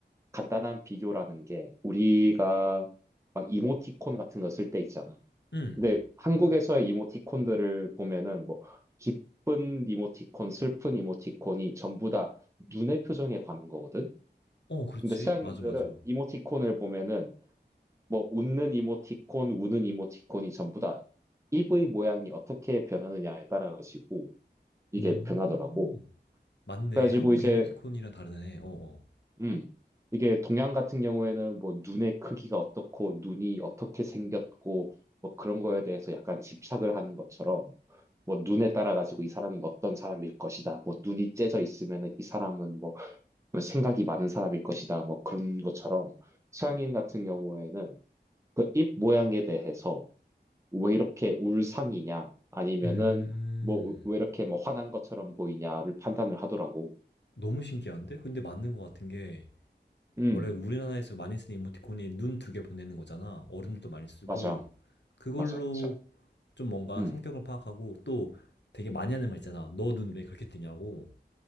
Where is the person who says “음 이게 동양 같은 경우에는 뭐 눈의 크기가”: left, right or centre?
Right